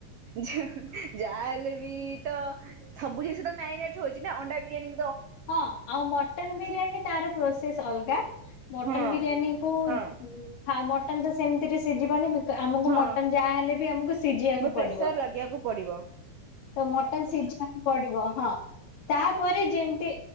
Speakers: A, on the right (about 85°); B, on the left (about 75°).
A: ଯା ଜାହେଲେ ବି ତ ସବୁ ଜିନିଷ ତ ମାରିନେଟ ହଉଛି ନା ଅଣ୍ଡା ବିରିୟାନି
B: ହଁ ଆଉ ମଟନ ବିରିୟାନୀ ତାର ପ୍ରୋସେସ ଅଲଗା। ମଟନ୍
A: ହଁ
B: ବିରିୟାନୀ କୁ
A: ହଁ
B: ଫା ମଟନ ତ ସେମିତିରେ ସିଝିବନି ବିକ ଆମକୁ
A: ହଁ
B: ମଟନ୍ ଯାହା ହେଲେ ବି ଆମକୁ ସିଝିବାକୁ
A: ମୁଁ
B: ପଡିବ।
A: ପ୍ରେସର ଲଗେଇବାକୁ ପଡିବ।
B: ତ ମଟନ ସିଝେଇବାକୁ ପଡିବ। କହ ତାପରେ ଯେମତି